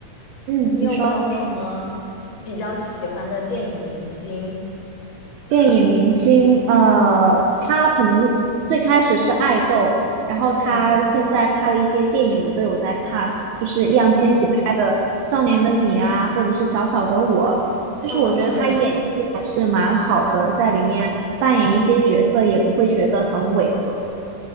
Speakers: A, on the right; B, on the left.
A: 嗯，
B: 你有没有什么比较喜欢的电影明星？
A: 你说电影明星，呃，他可能最开始是爱豆，然后他现在拍的一些电影，
B: 嗯
A: 我都有在看，就是易烊千玺拍的《少年的你》啊，
B: 嗯
A: 或者是《小小的我》，就是我觉得他演技还是蛮好的，
B: 嗯，对。
A: 在里面扮演一些角色也不会觉得很违和。